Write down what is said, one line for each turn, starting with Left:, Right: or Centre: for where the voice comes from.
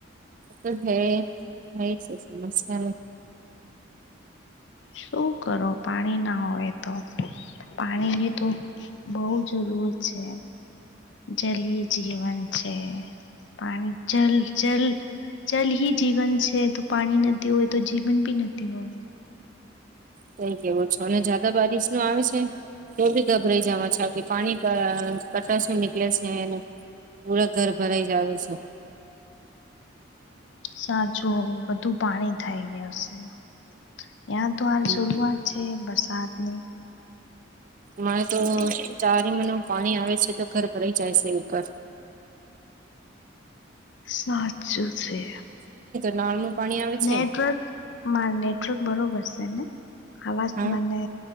Right: તો હ હ એ છે સમસ્યા ન
Left: શું કરો પાણી ના હોય તો પાણીની તો બહ જરૂરત છે જલ જીવન છે પાણી જલ જલ જલ હ જીવન છે તો પાણી ન હોય તો જીવન ભી નથી હોય
Right: કઈ કેવો છો અને જદા બારીિશ નો આવે છે ગભરાઈ જાવા છ કે પાણી કટર નીલે છે પૂરા ઘર ભરાઈ જાવ છે
Left: સાચું બધું પાણી થઇ ગય છે ત્યાં તો હાલ
Right: હમ
Left: શરૂઆત છે બરસાતની
Right: મારે તો
Left: હોય
Right: ચારે
Left: છે
Right: મનો પાણી આવે છે તો ઘર ભરાઈ જાય છે ઉપર
Left: સાચું છે
Right: નલનું પાણી આવે
Left: નેટવર્ક
Right: છે
Left: મારે નેટવર્ક બરોબર છે ને આવાજ
Right: હા
Left: મને